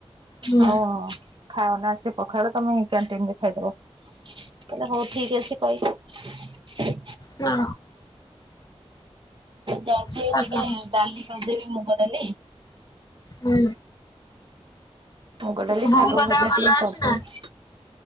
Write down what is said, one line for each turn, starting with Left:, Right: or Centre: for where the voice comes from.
Left: ହୁଁ।
Right: ହଁ ଖାଅନା ସେ ପଖାଳ ତମେ କ୍ୟାଣ୍ଟିନରେ ଖାଇଦବ। ତାହଲେ ହଉ ଠିକ ଅଛି କହିଲି।
Left: ଓହୋ
Right: ଯାଉଛି
Left: ଓହୋ
Right: ଟିକେ ଡାଲି କରିଦେବି ମୁଗ ଡାଲି।
Left: ହୁଁ।
Right: ମୁଗ ଡ଼ାଲି,
Left: ତୋ ବୋଉଙ୍କ
Right: ଶାଗ ଭଜା
Left: ଦେହ ଭଲ
Right: ଟିକେ
Left: ଅଛି
Right: କରିଦେବି।
Left: ନା?